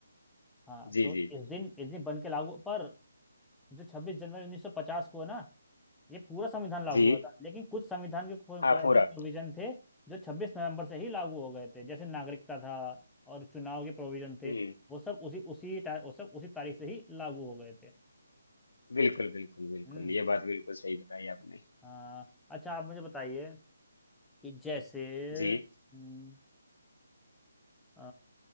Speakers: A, in the centre; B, on the left.
A: हाँ
B: जी
A: तो
B: जी
A: इस
B: जी
A: दिन इस दिन बन के लागू पर जो छब्बीस जनवरी उन्नीस सौ पचास को है ना ये पूरा संविधान लागू
B: जी
A: हुआ था लेकिन कुछ संविधान के को,
B: हाँ
A: को ऐसे
B: पूरा
A: प्रोविजन थे जो 26 नवंबर से ही लागू हो गए थे जैसे नागरिकता था और चुनाव के प्रोविजन थे
B: हम्म
A: वो सब उसी उसी ता, वो सब उसी तारीख से ही लागू हो गए थे
B: बिल्कुल बिल्कुल बिल्कुल
A: हम्म
B: ये बात बिल्कुल सही बताई आपने
A: हाँ, अच्छा आप मुझे बताइए कि जैसे
B: जी,
A: हम्म, अ,